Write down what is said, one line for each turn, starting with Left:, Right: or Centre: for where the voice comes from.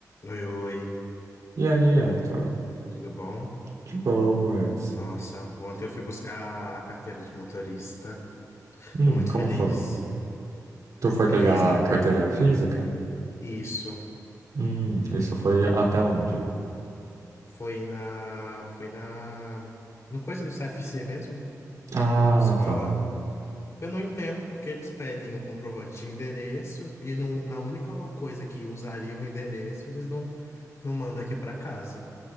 Left: Oi, oi,
Right: E aí, Eto?
Left: tudo bom?
Right: De boas.
Left: Nossa, ontem eu fui buscar a carteira de motorista.
Right: Hum,
Left: Tô muito
Right: como
Left: feliz.
Right: foi? Tu foi
Left: Feliz,
Right: pegar
Left: né?
Right: a carteira física?
Left: Isso.
Right: Hum, isso foi até onde?
Left: Foi na. Foi na. No coisa do CFC mesmo,
Right: Ah,
Left: lá na autoescola.
Right: tá.
Left: Eu não entendo porque eles pedem um comprovante de endereço e no- na única coisa que usariam o endereço, eles não, não mandam aqui pra casa.